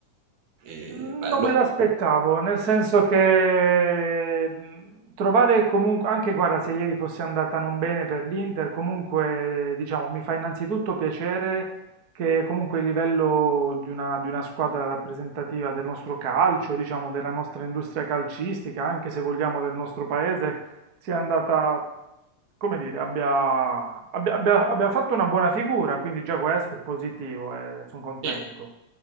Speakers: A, on the right; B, on the right.
A: E
B: Mm,
A: bello,
B: Non me l'aspettavo, nel senso che mh, trovare comunque, anche guarda, se ieri fosse andata non bene per l'Inter, comunque diciamo mi fa innanzitutto piacere che comunque il livello di una, di una squadra rappresentativa del nostro calcio, diciamo della nostra industria calcistica, anche se vogliamo del nostro paese, sia andata, come dire, abbia, abbia- abbia- abbia fatto una buona figura, quindi già questo è positivo e sono contento.
A: Sì,